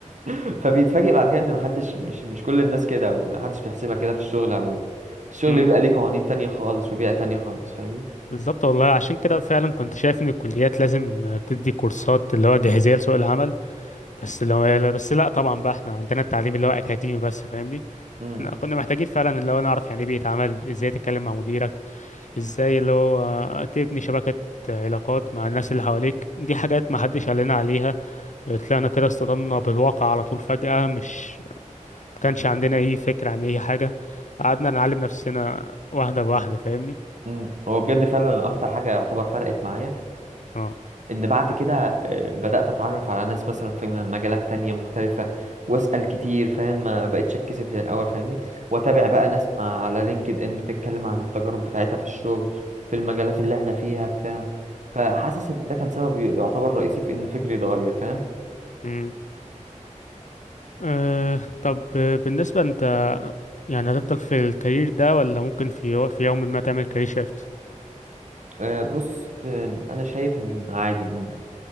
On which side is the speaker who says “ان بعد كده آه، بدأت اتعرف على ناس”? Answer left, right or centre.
Right